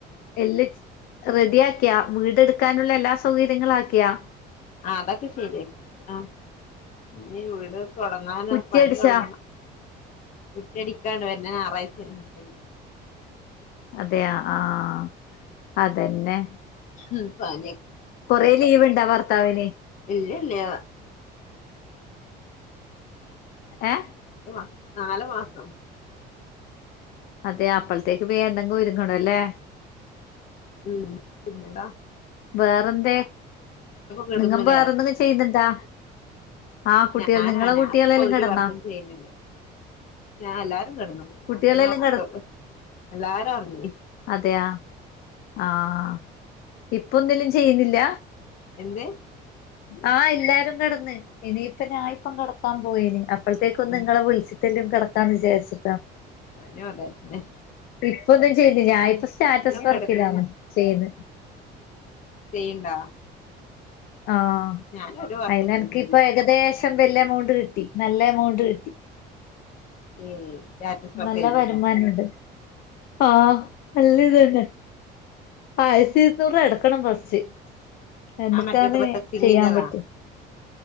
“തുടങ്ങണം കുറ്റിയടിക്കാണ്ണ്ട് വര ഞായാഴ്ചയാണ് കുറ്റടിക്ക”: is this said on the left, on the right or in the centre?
Left